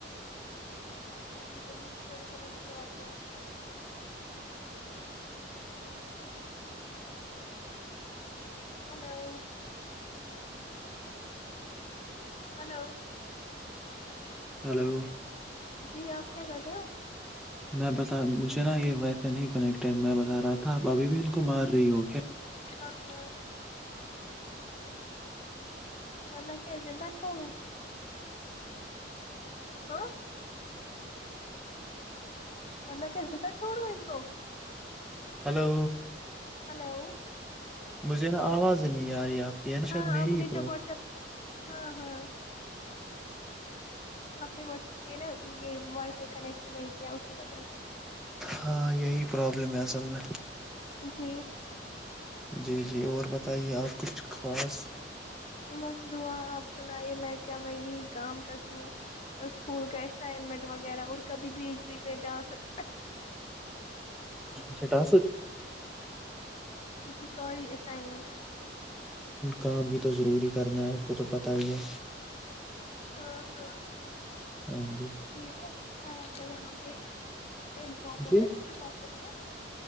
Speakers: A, on the left; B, in the centre.
A: گک متا رکو میں ارچر اچا کیہ ہلو ہلو
B: ہلو
A: جی آپ کیا کہ رہے ہو
B: میں بتا مجھے نا یہ ویسے نہیں کیکٹ میں بتا رہا تھا ابھی بھی ان کو مار رہی ہو کیا
A: ہاں ہاں مہ کہزل د چھوڑو ہاں من کے زد چوڑو تو
B: ہلو
A: ہلو
B: مجھے نا آواز نہیں آ رہی ہے آپ کی ہے نا
A: ہاں
B: شاید میری
A: آپ
B: ہی
A: جو
B: پرابلم
A: واٹسپ ہاں ہاں آپ نے و یہ نا یہ وائی فائی کنیکٹ نہیں کیا اسی وجہ سے
B: ہاں یہی پرابلم ہے اصل میں
A: جی
B: جی جی اور بتائیے آپ کچھ خاص
A: بس دعا آپ سنائیے میں کیا میں یہی کام کرتی ہوں اسکول کا اسائنمنٹ وغیرہ اور کبھی بیچ بیچ میں ڈا سک
B: اچھا ٹاسک
A: جی سوری اسائنمنٹ
B: کام بھی تو ضروری کرنا ہے آپ کو تو پتا ہی ہے
A: ہاں ہاں
B: ہاں جی
A: یہ نا ہ یہاں پہفار ہوتا
B: جی
A: ہے نا چپ چپا